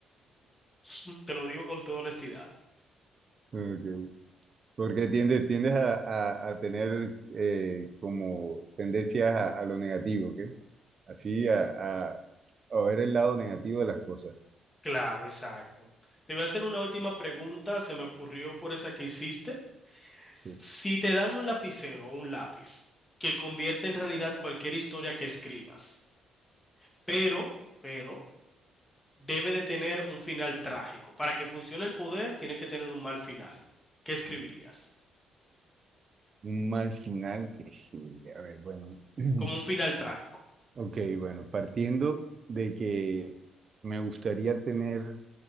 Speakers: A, on the left; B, on the right.
A: <laughs> Te lo digo con toda honestidad.
B: Ok. Porque tiendes, tiendes a, a- a tener eh, como tendencias a, a lo negativo, ¿ok? Así a, a- a ver el lado negativo de las cosas.
A: Claro, exacto. Te voy a hacer una última pregunta. Se me ocurrió por esa que hiciste.
B: Sí.
A: Si te dan un lapicero o un lápiz que convierte en realidad cualquier historia que escribas, pero, pero, debe de tener un final trágico. Para que funcione el poder, tiene que tener un mal final. ¿Qué escribirías?
B: Un mal final que sí, a ver, bueno. <clears throat>
A: Como un final trágico.
B: Ok, bueno, partiendo de que me gustaría tener